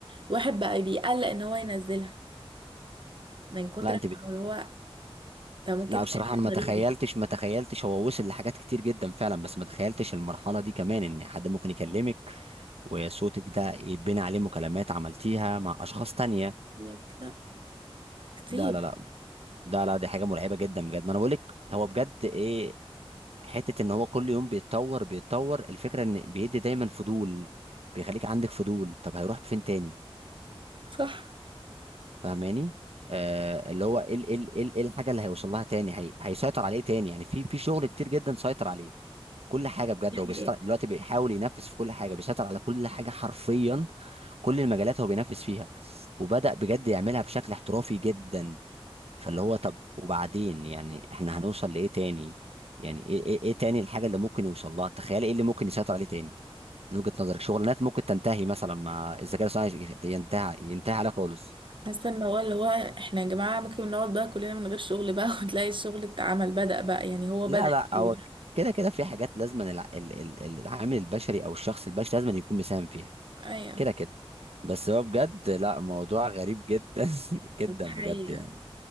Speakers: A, on the right; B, on the right.
A: الواحد بقى بيقلق ان هو ينزلها من كتر
B: لا
A: ما
B: انت
A: هو هو ده ممكن
B: لا
A: تلاقي
B: بصراحة
A: حاجة
B: أنا ما تخيلتش
A: غريبة
B: ما تخيلتش هو وصل لحاجات كتير جدا فعلا بس ما تخيلتش المرحلة دي كمان إن حد ممكن يكلمك وصوتك ده يتبني عليه مكالمات عملتيها مع أشخاص تانية
A: يقولك لأ كتير
B: لا لا لا ده لا دي حاجة مرعبة جدا بجد ما أنا بقولك هو بجد إيه حتة إن هو كل يوم بيتطور بيتطور الفكرة إن بيدي دايما فضول بيخليك عندك فضول طب هيروح فين تاني
A: صح
B: فاهماني آه اللي هو إيه ال- إيه ال- إيه ال- إيه الحاجة اللي هيوصل لها تاني هي... هيسيطر عليه تاني يعني في في شغل كتير جدا سيطر عليه كل حاجه بجد
A: امم
B: هو بيسيطر دلوقتي بيحاول ينفذ في كل حاجه بيسيطر على كل حاجه حرفيا كل المجالات هو بينفذ فيها وبدأ بجد يعملها بشكل احترافي جدا فاللي هو طب وبعدين يعني احنا هنوصل لايه تاني يعني ايه ايه, إيه تاني الحاجه اللي ممكن يوصل لها تخيل ايه اللي ممكن يسيطر عليه تاني من وجهة نظرك شغلانات ممكن تنتهي مثلا مع الذكاء الاصطناعي ينتهي ينتهي عليها خالص
A: حاسه ان هو اللي هو احنا يا جماعه ممكن نقعد بقى كلنا من غير شغل بقى <laughs> وتلاقي الشغل اتعمل بدأ بقى يعني هو
B: لا
A: بدأ
B: لا
A: الشغل
B: هو كده كده في حاجات لازم الع- ال- ال- العامل البشري او الشخص البشري لازم يكون مساهم فيها
A: ايوه
B: كده كده بس هو بجد لا موضوع غريب جدا <laughs> جدا
A: دي حقيقه
B: بجد يعني